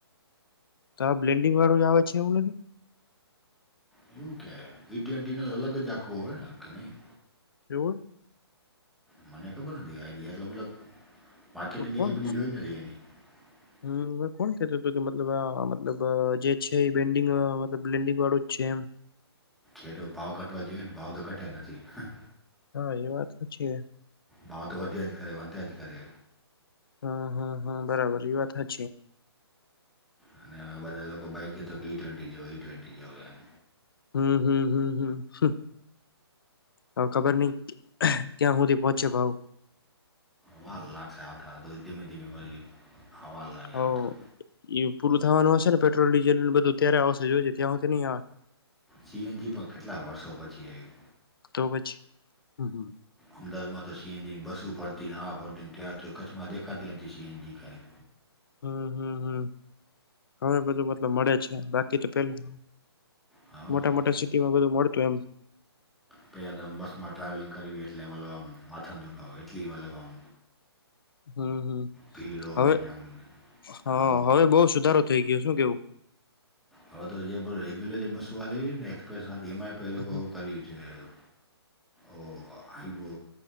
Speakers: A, on the left; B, in the centre.
A: તો આ બ્લેન્ડિંગ વાળું આવે છે એવું હે.
B: એવું ક્યાંય ઈ ટ્વેન્ટીને તો અલગ જ આખવો હોય ને કે નહીં.
A: એવું.
B: મને ખબર નથી આઈડિયા એટલો મતલબ માર્કેટિંગ
A: કોણ
B: એટલી બધી જોઈ નથી એની. <inaudible>
A: હમ હવે કોણ કેતું કે મતલબ આ મતલબ જે છે બેનડિગ અ બેબેન્ડંગ વાળું છે એમ.
B: જે તો ભાવ ઘટવા જોઈએ ને ભાવ તો ઘટયા નથી.
A: હા એ વાત તો છે.
B: ભાવ તો વધ્યા જ કરી વધ્યા જ કરે.
A: હમ હમ હમ બરાબર ઇ વાત હાચી.
B: અને હવે બધા લોકો બાઈક તો કે ઈ ટ્વેન્ટી જોએ ઈ ટ્વેન્ટી જોએ એમ.
A: હમ હમ હમ હમ. હા ખબર નઈ ક્યાં હુધી પોચે ભાવ.
B: હવાલ લાગશે આવતા બધું ધીમે ધીમે બજુ હવાલ લાગ્યા
A: હ
B: આવતા.
A: એ પૂરું થવાનું હશે ને પેટ્રોલ ડીઝલ નું બધું ત્યારે આવશે જોઈજે ત્યાં હું તો નહીં આવે.
B: જીએનજી પણ કેટલા વર્ષો પછી આવ્યું.
A: તો પછી હમ હમ.
B: અમદાવાદમાં તો સીએનજી ની બસું ફરતી આ ફરતી તાર તો કચ્છમાં દેખાતી હતી સીએનજી કયા.
A: હમ હમ હમ હવે બધું મતલબ મળે છે બાકી તો પેલું
B: હા
A: મોટા મોટા સિટી માં બધું મળતું એમ.
B: પહેલાં તો આમ બસમાં ટ્રાવેલિંગ કરવી એટલે મતલબ આમ માથા દુખાવો એટલી મતલબ આમ.
A: હમ હમ
B: ભીડ હોય
A: હવે
B: ને આમ
A: હા
B: હઉ
A: હવે બઉ સુધારો થઈ ગયો શું કેવું.
B: હવે તો જે બધ રેગ્યુલર જે બસો હાલેરી ને. પેસા ઈ એમઆઈ પેલા
A: કેવું
B: બઉ ભરી છે એમ. ઓ આઈવો